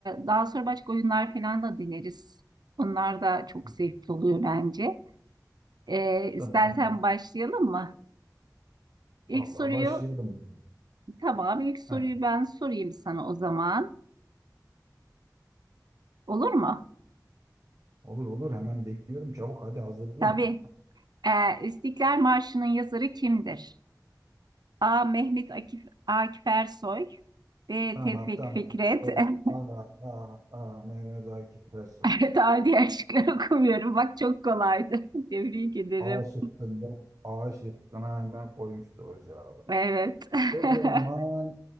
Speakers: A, on the right; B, on the right.
A: daha sonra başka oyunlar falan da deneriz. Onlar da çok
B: hı.
A: zevkli oluyor bence. E, istersen
B: Tamam.
A: başlayalım mı? İlk
B: Vallahi
A: soruyu
B: başlayalım.
A: tamam ilk soruyu
B: Heh,
A: ben sorayım sana o zaman. Olur mu?
B: olur olur hemen bekliyorum. Çabuk hadi hazırladım.
A: Tabii. E, İstiklal Marşı'nın yazarı kimdir? A. Mehmet Akif, Akif Ersoy. B.
B: Tamam
A: Tevfik
B: tamam.
A: Fikret.
B: Dur.
A: <laughs>
B: Aa, aa, aa, Mehmet Akif Ersoy.
A: Evet, adi şıkları okumuyorum. Bak çok kolaydı. <laughs> Tebrik ederim.
B: A şıkkında A şıkkına hemen koymuş doğru cevabı.
A: Evet. <laughs>
B: O zaman